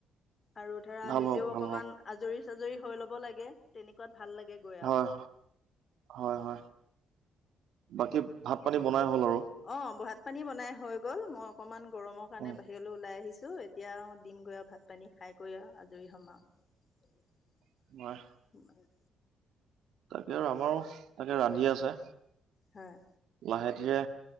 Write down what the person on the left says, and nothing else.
আৰু ধৰা
নিজেও
অকনমান
আজৰি চাজৰি হৈ ল'ব লাগে, তেনেকুৱাত ভাল লাগে। গৈ
আৰু
অঁ, ভাত পানী বনাই হৈ গ'ল, মই অকনমান গৰমৰ কাৰণে
বাহি ৰলৈ ওলাই আহিছোঁ, এতিয়া দিম গৈ আৰু ভাত পানী খাই কৰি আজৰি হম আও। <inaudible>
নোৱাৰে।
হয়।